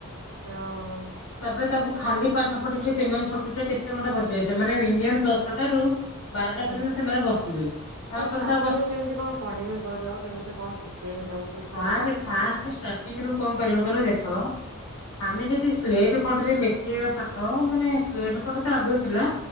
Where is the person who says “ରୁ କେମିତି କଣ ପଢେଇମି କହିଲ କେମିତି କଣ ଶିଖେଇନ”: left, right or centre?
Right